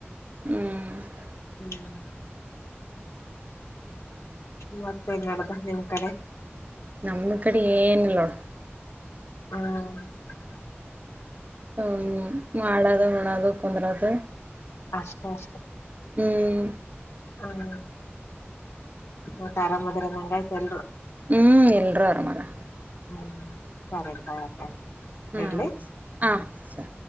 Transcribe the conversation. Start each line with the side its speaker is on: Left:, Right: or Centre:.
Right: ಹ್ಮ
Left: ಹ್ಮ್.
Right: ಹ್ಮ್
Left: ಮತ್ತೇನ್ ನಡಿದ ನಿಮ್ಮ್ ಕಡೆ
Right: ನಮ್ಮ ಕಡೆ ಏನಿಲ್ಲ ನೋಡ
Left: ಹ್ಮ
Right: ಹ್ಮ ಮಾಡೋದು ಉಣ್ಣೊದು ಕುಂದ್ರೋದು
Left: ಅಷ್ಟೇ ಅಷ್ಟೇ
Right: ಹ್ಮ.
Left: ಹ್ಮ್ ಮತ್ತ್ ಆರಾಮ ಅದರಂಗಾಯಿತು ಯಲ್ಲರು
Right: ಹ್ಮ್ ಎಲ್ರೂ ಆರಾಮ ಅದರ
Left: ಹ್ಮ್ ಸರಿ
Right: ಹ್ಮ್
Left: ಇಡ್ಲಿ
Right: ಹ ಸರಿ